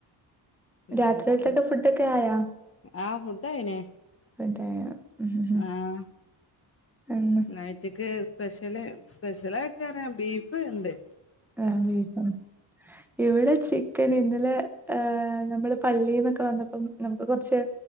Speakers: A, on the left; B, in the centre.
A: പിന്നെ
B: രാത്രിയിലത്തൊക്കെ
A: എന്തൊക്കെയാ
B: ഫുഡൊക്കെ ആയാ
A: ആ ഫുഡായിന്
B: <unintelligible> ഉം
A: ആഹ്
B: എന്നാ
A: നയ്റ്റ്ക്ക് സ്പെഷ്യല് സ്പെഷ്യലായിട്ട്ന ബീഫ് ണ്ട്
B: ആഹ് ബീഫോ ഇവിടെ ചിക്കൻ ഇന്നലെ ഹ് നമ്മള് പള്ളിന്നൊക്കെ വന്നപ്പം നമുക്ക് കുറച്ച്